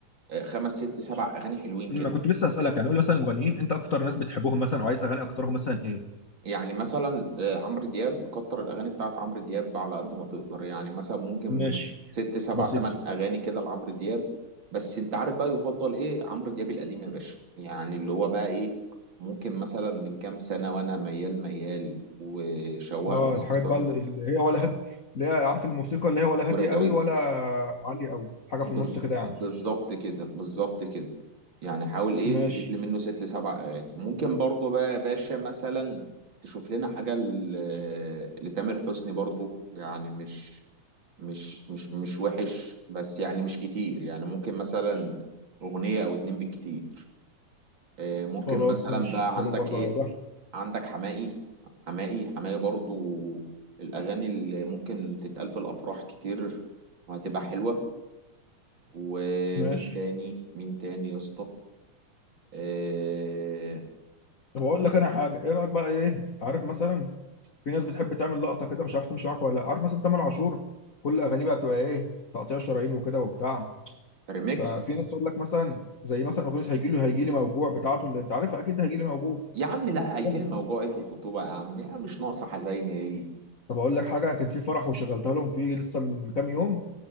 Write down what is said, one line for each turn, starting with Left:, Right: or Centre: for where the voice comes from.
Right: آه، خمس ست سبع أغاني حلوين
Left: ما
Right: كده
Left: كنت لسه اسالك يعني قول مثلا المغنيين انت اكتر ناس بتحبهم مثلا او عايز اغاني اكترهم مثلا ايه
Right: يعني مثلا آه، عمرو دياب كتر الاغاني بتاعت عمرو دياب على قد ما تقدر يعني مثلا ممكن
Left: ماشي
Right: ست سبع
Left: بسيط
Right: تمن اغاني كده لعمرو دياب بس انت عارف بقى يفضل ايه عمرو دياب القديم يا باشا يعني اللي هو بقى ايه ممكن مثلا من كام سنة وانا ميال ميال وشوقنا
Left: اه الحاجات
Right: اكتر
Left: بقى اللي اللي هي ولا هادي اللي هي عارف الموسيقى اللي هي ولا
Right: وراجعين
Left: هادية قوي ولا عالية قوي حاجة في
Right: بز-
Left: النص كده يعني
Right: بالظبط كده بالظبط كده يعني حاول ايه
Left: ماشي
Right: تجيب لي منه ست سبع اغاني ممكن برضه بقى يا باشا مثلا تشوف لنا حاجه ل- لتامر حسني برضه يعني مش مش مش مش وحش بس يعني مش كتير يعني ممكن مثلا اغنيه او اتنين بالكتير آه، ممكن
Left: خلاص
Right: مثلا
Left: ماشي
Right: بقى
Left: حلو
Right: عندك
Left: برضه
Right: ايه
Left: يا زهر
Right: عندك حماقي حماقي حماقي برضه الاغاني اللي ممكن تتقال في الافراح كتير وهتبقى حلوه ومين
Left: ماشي
Right: تاني مين تاني يا اسطى آه
Left: طب اقول
Right: ممكن
Left: لك انا حاجة ايه رأيك بقى ايه عارف مثلا في ناس بتحب تعمل لقطة كده مش عارف تمشي معاك ولا لا عارف مثلا تامر عاشور كل اغانيه بقى بتبقى ايه تقطيع شرايين وكده وبتاع
Right: ريميكس
Left: ففي ناس تقول لك مثلا زي مثلا اغنيه هيجي لي هيجي لي موجوع بتاعته اللي انت عارفها اكيد هيجي لي موجوع
Right: يا عم لا هيجيلي
Left: بس.
Right: موجوع ايه في الخطوبه يا عم يا مش ناقصه حزيني ايه
Left: طب اقول لك حاجه كان في فرح وشغلتها لهم فيه لسه من كام يوم